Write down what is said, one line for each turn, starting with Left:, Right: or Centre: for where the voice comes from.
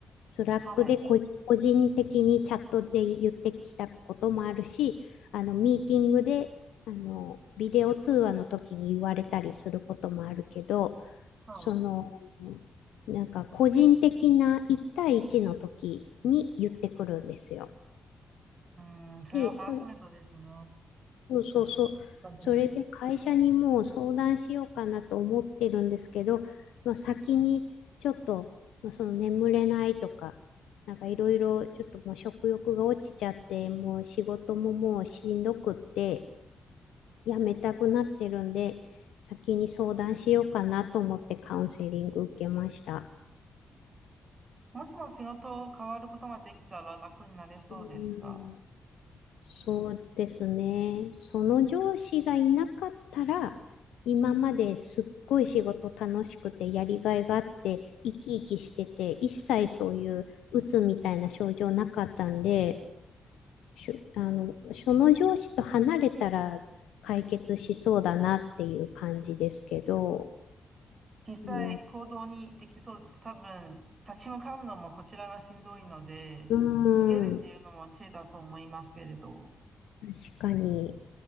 Left: スラックで個人個人的にチャットで言ってきたこともあるし、
Right: はい。
Left: あのミーティングであのビデオ通話の時に言われたりすることもあるけど、
Right: はい。
Left: その、なんか個人的な1対1の時に言ってくるんですよ。
Right: うん、それはハラスメントですね。
Left: で、そそうそうそう。
Right: 確かに
Left: それで会社にもう相談しようかなと思ってるんですけど、まあ、先にちょっと、まあ、その眠れないとか、なんかいろいろちょっともう食欲が落ちちゃって、もう仕事ももうしんどくってやめたくなってるんで、先に相談しようかなと思ってカウンセリング受けました。
Right: もしも仕事を変わることができたら楽になれそうですか
Left: うんそうですね。その上司がいなかったら、今まですっごい仕事楽しくてやりがいがあって、生き生きしてて、一切そういう鬱みたいな症状なかったんで、しゅあの、その上司と離れたら解決しそうだなっていう感じですけど、
Right: 実際行動にできそうですか多分、
Left: うん、
Right: 立ち向かうのもこちらがしんどいので、
Left: うー
Right: 逃げるっていうのも手だと思いますけれど。
Left: ん、確かに。